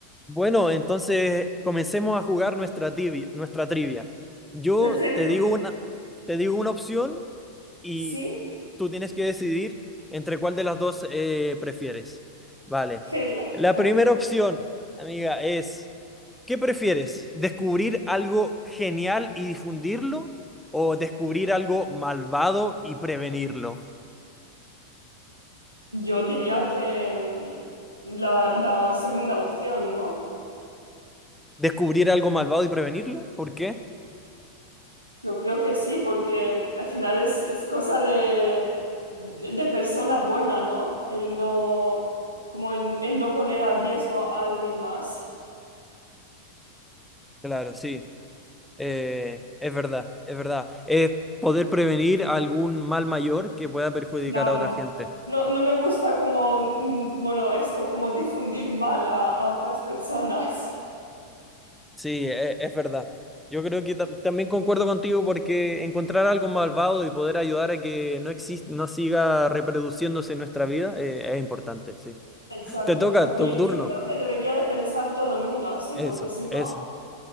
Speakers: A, in the centre; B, on the right.
A: Bueno, entonces comencemos a jugar nuestra tibia- nuestra trivia. Yo
B: Perfecto.
A: te digo una, te digo una opción y
B: Sí,
A: tú tienes que decidir entre cuál de las dos eh, prefieres. Vale.
B: genial.
A: La
B: Ok.
A: primera opción, amiga, es, ¿qué prefieres? ¿Descubrir algo genial y difundirlo o descubrir algo malvado y prevenirlo?
B: Yo diría que mm, la, la segunda opción, ¿no?
A: ¿Descubrir algo malvado y prevenirlo? ¿Por qué?
B: Yo creo que sí, porque al final es, es cosa de, de persona buena, ¿no? El no, como el, el no poner a riesgo a alguien más.
A: Claro, sí. Eh, es verdad, es verdad. Es poder prevenir algún mal mayor que pueda perjudicar
B: Claro.
A: a otra gente.
B: No, no me gusta como, mm, bueno, esto, como difundir mal a, a otras personas. <laughs>
A: Sí, e- es, verdad. Yo creo que ta- también concuerdo contigo porque encontrar algo malvado y poder ayudar a que no exis- no siga reproduciéndose en nuestra vida eh, es importante, sí.
B: Exacto,
A: Te toca
B: exacto.
A: tu
B: Yo,
A: turno.
B: yo creo que debería de pensar todo el mundo así,
A: Eso,
B: porque si no...
A: eso.